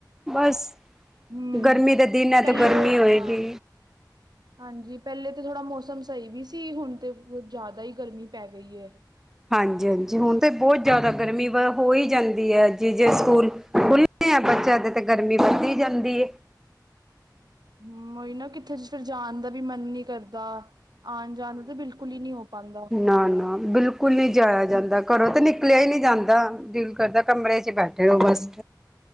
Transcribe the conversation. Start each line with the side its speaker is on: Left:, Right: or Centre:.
Centre: ਬਸ।
Right: ਹਮ
Centre: ਗਰਮੀ ਦਾ ਦਿਨ ਹੈ,
Right: ਪਹਿਲੇ
Centre: ਤੇ ਗਰਮੀ ਹੋਏਗੀ।
Right: ਹਾਂ ਹਾਂਜੀ, ਪਹਿਲੇ ਤਾਂ ਥੋੜ੍ਹਾ ਮੌਸਮ ਸਹੀ ਵੀ ਸੀ ਹੁਣ ਤੇ ਜ਼ਿਆਦਾ ਹੀ ਗਰਮੀ ਪੈ ਗਈ ਹੈ।
Centre: ਹਾਂਜੀ ਹਾਂਜੀ ਹੁਣ ਤੇ ਬਹੁਤ ਜ਼ਿਆਦਾ ਗਰਮੀ ਹੋ। ਹੀ ਜਾਂਦੀ ਹੈ ਜੀ ਜੇ
Right: ਬਹੁਤ
Centre: ਸਕੂਲ। ਖੁਲ ਤੇ ਆ ਬੱਚਿਆਂ ਦੇ ਤੇ ਗਰਮੀ ਵੱਧੀ ਜਾਂਦੀ ਹੈ।
Right: ਹੂ ਉਹੀ ਨਾ ਕਿੱਥੇ ਫਿਰ ਜਾਣ ਦਾ, ਵੀ ਮਨ ਨੀ ਕਰਦਾ। ਆਉਣ ਜਾਣ ਤਾਂ ਬਿਲਕੁਲ ਹੀ ਨਹੀ ਹੋ ਪਾਉਂਦਾ।
Centre: ਨਾ, ਨਾ। ਬਿਲਕੁਲ ਨਹੀ ਜਾਇਆ ਜਾਂਦਾ ਘਰੋਂ ਤਾਂ ਨਿਕਲਿਆ ਹੀ ਨਹੀਂ ਜਾਂਦਾ ਦਿਲ ਕਰਦਾ ਕਮਰੇ ਚ ਬੇਹਟੇ। ਚਲੋ, ਬਸ।